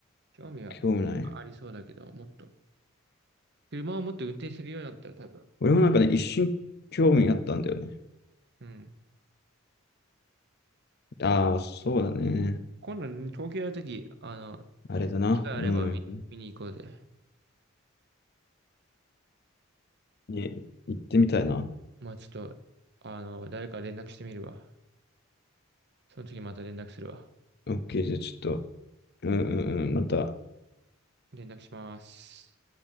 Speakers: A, on the right; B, on the left.
A: 興味はありそうだけど、
B: 興味ない。
A: もっと。車をもっと運転するようになったら多分。
B: 俺もなんかね、一瞬興味あったんだよね。
A: うん。
B: ああ、そうだね。
A: 今度、東京やるとき、あの、
B: あれだな。
A: 機会あれば見、
B: うん。
A: 見に行こうぜ。
B: ね、行ってみたいな。
A: まあちょっと、あの、誰か連絡してみるわ。その時また連絡するわ。
B: OK、じゃあちょっと、うんうんうん、また、
A: 連絡します。